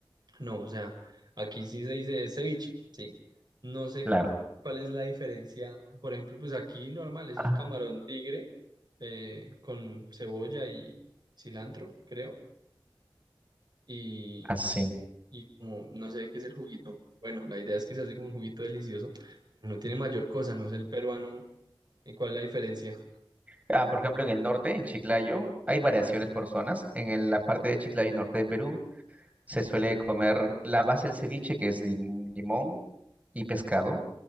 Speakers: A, on the right; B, on the right.
A: No, o sea, aquí sí se dice es ceviche, sí. No sé
B: claro,
A: cuál es la diferencia. Por ejemplo, pues aquí normal es
B: ah,
A: el camarón tigre eh, con cebolla y cilantro, creo. y
B: así.
A: y como no sé qué es el juguito. Bueno, la idea es que se hace como un juguito delicioso, pero no tiene mayor cosa, no sé el peruano, ¿y cuál es la diferencia?
B: Ah, por ejemplo, en el norte, en Chiclayo, hay variaciones por zonas. En el- la parte de Chiclayo y norte de Perú se suele comer la base del ceviche, que es lim- limón y pescado.